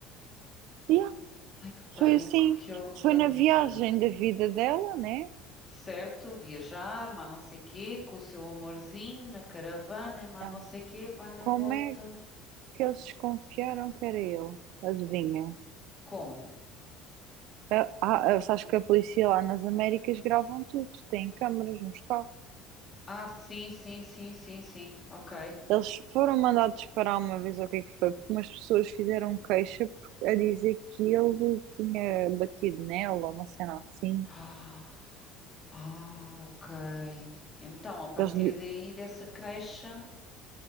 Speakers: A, on the right; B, on the left.
A: yeah,
B: Ai, que pânico,
A: foi assim,
B: que horror,
A: foi na
B: amiga.
A: viagem da vida dela, né?
B: Certo, viajar, mas não sei quê, com o seu amorzinho na caravana, mas
A: Ah,
B: não sei quê, vai na
A: Como
B: volta.
A: é que eles desconfiaram que era ele? Adivinha?
B: Como?
A: Ah, ah, sabes que a polícia lá nas Américas gravam tudo, têm câmaras nos carros.
B: Ah, sim, sim, sim, sim, sim. Ok. <gasps>
A: Eles foram mandados parar uma vez, ou o que é que foi? Porque umas pessoas fizeram queixa por- a dizer que ele tinha batido nela, ou uma cena assim.
B: Ah, ah, ok. Então, a partir
A: Que Eles, lhe-
B: daí, dessa queixa.